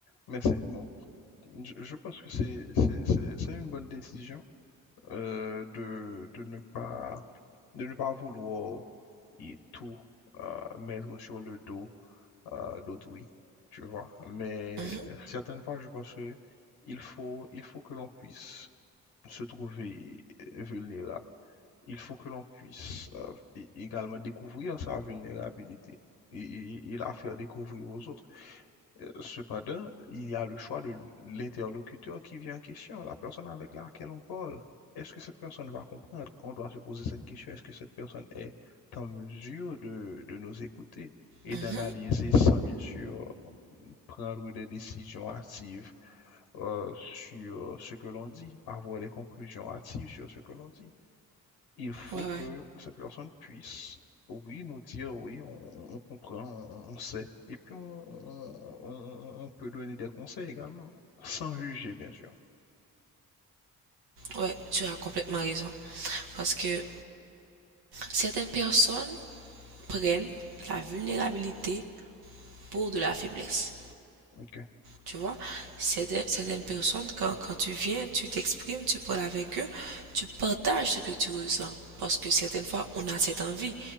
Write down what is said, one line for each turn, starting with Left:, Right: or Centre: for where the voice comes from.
Left: Mais c'est bon. Je, je pense que c'est c'est- c'est- c'est une bonne décision euh, de, de ne pas de ne pas vouloir et tout euh, mettre sur le dos euh, d'autrui, tu vois. Mais
Right: Mhm,
Left: euh, certaines fois, je pense que il faut il faut que l'on puisse se trouver vulnérable. Il faut que l'on puisse euh, é- également découvrir sa vulnérabilité et, et et la faire découvrir aux autres. Cependant, il y a le choix de l'interlocuteur qui vient en question, la personne avec laquelle on parle. Est-ce que cette personne va comprendre? On doit se poser cette question. Est-ce que cette personne est en mesure de, de nous écouter et
Right: mhm,
Left: d'analyser sans bien sûr prendre des décisions hâtives euh, sur ce que l'on dit, avoir des conclusions hâtives sur ce que l'on dit? Il faut
Right: ouais, ouais,
Left: que cette personne puisse, oui, nous dire, oui, on, on comprend, on, on sait. Et puis, on, on- on- peut donner des conseils également, sans juger, bien sûr.
Right: ouais, tu as complètement raison. Parce que certaines personnes prennent la vulnérabilité pour de la faiblesse.
Left: Ok.
Right: Tu vois, certaines, certaines personnes, quand, quand tu viens, tu t'exprimes, tu parles avec eux, tu partages ce que tu ressens. Parce que certaines fois, on a cette envie.